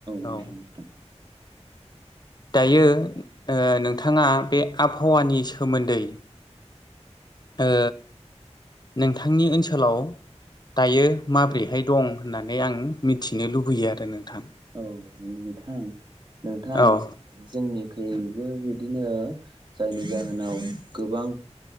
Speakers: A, on the right; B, on the left.
A: नंगौ
B: औ।
A: नोंथां
B: दायो ओ नोंथाङा बे आबहावानि सोमोन्दै ओ नोंथांनि ओनसोलाव दायो माब्रैहाय दं होननानै आं मिथिनो लुबैयो आरो नोंथां
A: औ नोंथां नोंथां
B: औ
A: जोंनिखैबो बि बिदिनो जायनि जाहोनाव गोबां